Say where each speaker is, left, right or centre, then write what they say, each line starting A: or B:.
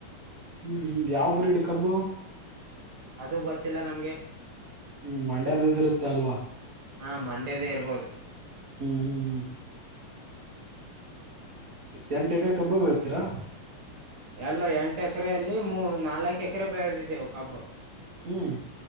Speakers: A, on the right; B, on the right.
A: ಹ್ಮ ಯಾವ ಬ್ರೀಡ್ ಕಬ್ಬು
B: ಅದು ಗೊತ್ತಿಲ್ಲ ನಮ್ಗೆ
A: ಹ್ಮ ಮಂಡ್ಯ ಬೇಸಿರುತ್ತೆ ಅಲ್ವಾ
B: ಹಾ ಮಂಡ್ಯದೇ ಇರ್ಬೋದು
A: ಹ್ಮಹ್ಮ ಹ್ಮ ಎ ಎಂಟು ಎಕರೆ ಕಬ್ಬು ಬೀಳಿತೀರಾ
B: ಎಲ್ಲ ಎಂಟು ಎಕ್ರೆಯಲ್ಲಿ ಮೂ ನಾಲಕ್ ಎಕ್ರೆ ಬೆಳದಿದೆವು ಕಬ್ಬು
A: ಹ್ಮ್